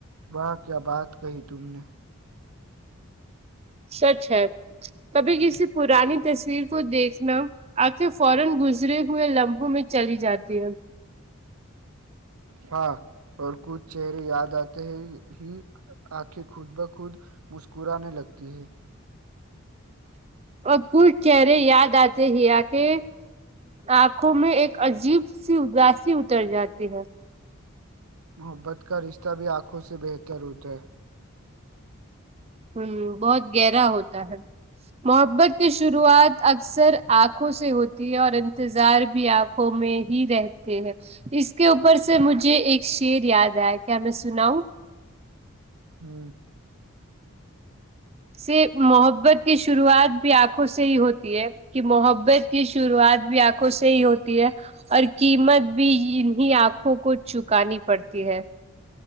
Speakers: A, on the right; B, on the right.
A: وہ کیا بات کہی تم نے
B: سچ ہے کبھی کسی پرانی تصویر کو دیکھنا آپ سے فورن گزرے ہوئے لمحوں میں چلی جاتی ہے
A: ہاں اور کچھ چہرے یاد آتے ہیں ہی آنکھیں خود بخود مسکرانے لگتی ہیں
B: اببھ چہرے یاد آتے ہی آ کے آنکھوں میں ایک عجیب سی اداسی اتر جاتی ہے
A: محبت کا رشتہ بھی آنکھوں سے بہتر ہوتا ہے
B: ہوں بہت گہرا ہوتا ہے محبت کی شروعات اکثر آنکھوں سے ہوتی ہے اور انتظار بھی آپ میں ہی رہتے ہیں اس کے اوپر سے مجھے ایک شیر یاد آیا کیا میں سناؤوں
A: ہاں <inaudible>
B: سے محبت کی شروعات بھی آنکھوں سے ہی ہوتی ہے کہ محبت کی شروعات بھی آنکھوں سے ہی ہوتی ہے اور قیمت بھی انی آنکھوں کو چکانی پڑتی ہے